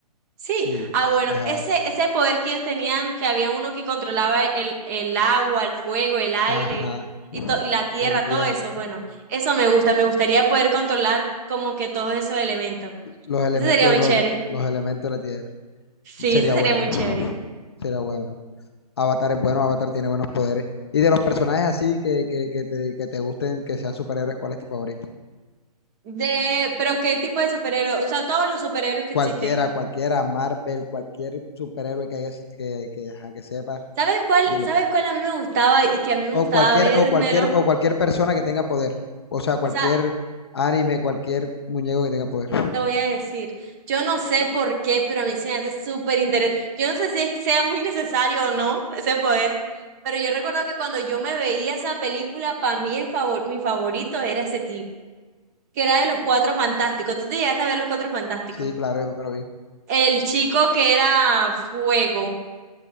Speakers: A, on the right; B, on the left.
A: Sí,
B: Sí,
A: ah bueno,
B: es Avatar.
A: ese, ese poder que ellos tenían, que había uno que controlaba el, el agua, el fuego, el aire
B: Ajá,
A: y, to- y la tierra,
B: el viento,
A: todo eso, bueno, eso me gusta, me gustaría poder controlar como que todos esos elementos.
B: los elementos,
A: Eso sería muy
B: los,
A: chévere.
B: los elementos de la tierra.
A: Sí,
B: Sería
A: eso sería
B: bueno,
A: muy chévere.
B: sería bueno. Avatar es bueno, Avatar tiene buenos poderes. Y de los personajes así que, que, que te, que te gusten, que sean superhéroes, ¿cuál es tu favorito?
A: De, pero ¿qué tipo de superhéroe? O sea, todos los superhéroes que
B: Cualquiera,
A: existen.
B: cualquiera, Marvel, cualquier superhéroe que haya así que, que, ajá, que sepa,
A: ¿Sabes cuál,
B: dilo.
A: sabes cuál a mí me gustaba y que a mí me
B: O
A: gustaba
B: cualquier,
A: vérmelo?
B: o cualquier, o cualquier persona que tenga poder. O sea, cualquier
A: O sea,
B: anime, cualquier muñeco que tenga poder.
A: Te voy a decir, yo no sé por qué, pero a mí se me hace súper interesante. Yo no sé si es- sea muy necesario o no <laughs> ese poder, pero yo recuerdo que cuando yo me veía esa película, para mí el favor, mi favorito era ese tipo, que era de los Cuatro Fantásticos. ¿Tú te llegaste a ver los Cuatro Fantásticos?
B: Sí, claro, yo me lo vi.
A: El chico que era fuego.